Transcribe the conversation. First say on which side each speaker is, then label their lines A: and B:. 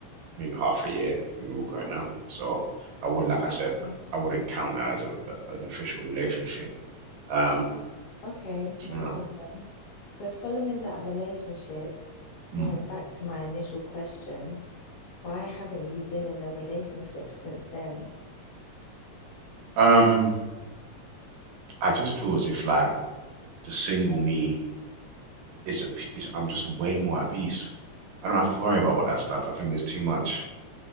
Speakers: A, on the right (about 75°); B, on the left (about 80°).
A: maybe half a year we were going out. So I would, like I said,
B: Okay,
A: I wouldn't count that as a, a- an official relationship. Um,
B: Okay,
A: so,
B: no
A: you know,
B: problem. So following that relationship, you
A: mm.
B: know, back to my initial question, why haven't you been in a relationship since then?
A: Um, I just feel as if like the single me is a p- is I'm just way more at peace. I don't have to worry about all that stuff. I think there's too much